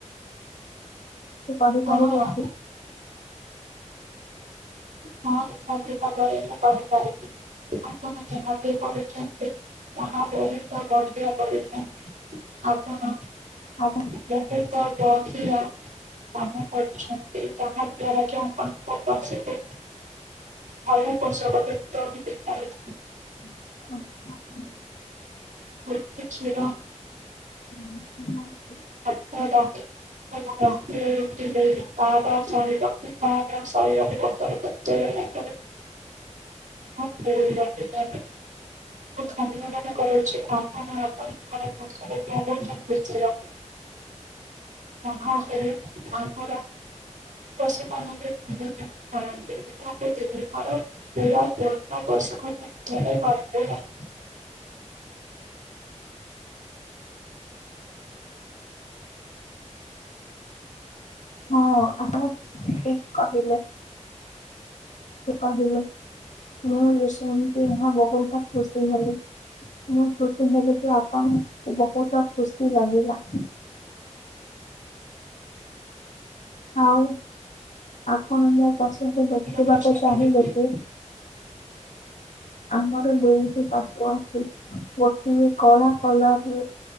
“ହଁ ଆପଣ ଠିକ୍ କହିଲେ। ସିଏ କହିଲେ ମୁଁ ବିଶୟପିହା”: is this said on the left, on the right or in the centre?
Left